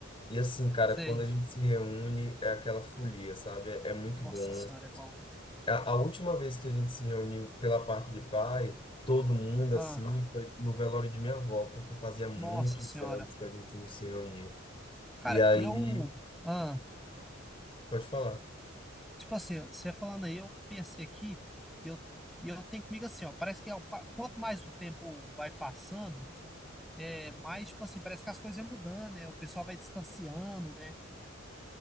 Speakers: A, on the left (about 25°); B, in the centre.
A: E assim, cara,
B: sei.
A: quando a gente se reúne, é aquela folia, sabe? É, é muito
B: Nossa
A: bom.
B: senhora, é bom, hein?
A: A, a última vez que a gente se reuniu pela parte de pai, todo mundo
B: Ah,
A: assim, foi no velório de minha avó, porque fazia muitos
B: nossa senhora.
A: anos que a gente não se reunia.
B: Cara,
A: E aí,
B: eu. Ah.
A: pode falar.
B: Tipo assim, você falando aí, eu pensei aqui, e eu, e eu tenho comigo assim, ó, parece que ao pa- quanto mais o tempo vai passando, é mais, tipo assim, parece que as coisas vão mudando, né? O pessoal vai distanciando, né?